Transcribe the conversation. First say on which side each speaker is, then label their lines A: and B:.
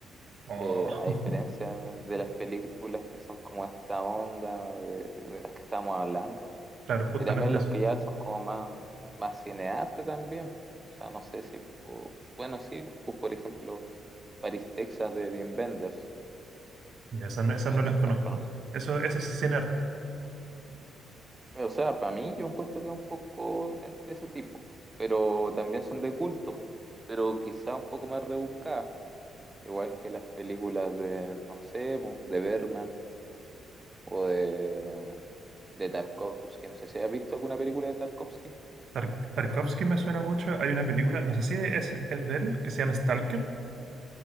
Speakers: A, on the right; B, on the right.
A: Oh,
B: Eh, a
A: <laughs>
B: diferencia de las películas que son como esta onda de, de las que estábamos hablando,
A: claro, justamente
B: y también las
A: eso.
B: que ya son como más, más cinearte también, po. O sea, no sé si, po, bueno, sí, pues por ejemplo, Paris, Texas de Wim Wenders,
A: Ya, Esas no,
B: poner
A: esas no las
B: un ejemplo,
A: conozco.
B: no
A: Eso, eso sí es sin arte.
B: O sea, para mí yo encuentro que es un poco de de ese tipo, pero también son de culto, po, pero quizá un poco más rebuscadas, igual que las películas de, no sé, po, de Bergman o de, de Tarkovsky, no sé si has visto alguna película de Tarkovsky.
A: Tar- Tarkovsky me suena mucho. Hay una película, no sé si es, es de él, que se llama Stalker.